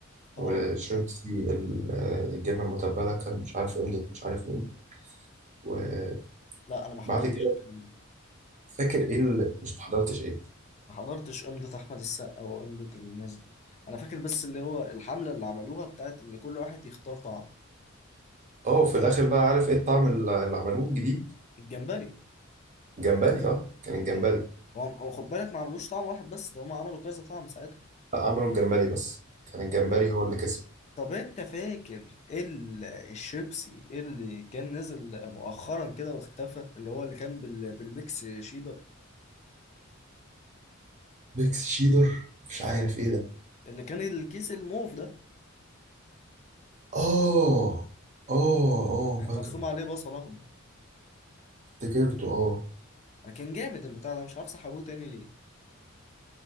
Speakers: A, on the right; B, on the left.
A: وشيبسي
B: اه
A: ال- آه، الجبنه المتبله كان مش عارف امضة مش عارف مين وبعد
B: لا انا ما حضرتش
A: كده
B: الكلام ده
A: فاكر ايه اللي مش محضرتش ايه
B: ما حضرتش قمة أحمد السقا وقمة الناس دي أنا فاكر بس اللي هو الحملة اللي عملوها بتاعت إن كل واحد يختار طعم
A: اه وفي الاخر بقى عارف ايه الطعم اللي اللي عملوه الجديد
B: الجمبري
A: جمبري اه كان الجمبري
B: الجمبري هو هو خد بالك ما عملوش طعم واحد بس ده هم عملوا كذا طعم ساعتها
A: لا عملوا الجمبري بس كان الجمبري هو اللي كسب
B: طب أنت فاكر ال- الشيبسي اللي كان نزل مؤخرا كده واختفى اللي هو اللي كان بال- بالميكس شيدر
A: ميكس شيدر مش عارف
B: اه
A: ايه ده
B: اللي كان الكيس الموف ده
A: اه اه اه
B: وكان
A: فاكر
B: مرسوم عليه بصل أخضر
A: افتكرته اه
B: أنا كان جامد البتاع ده مش عارف سحبوه تاني ليه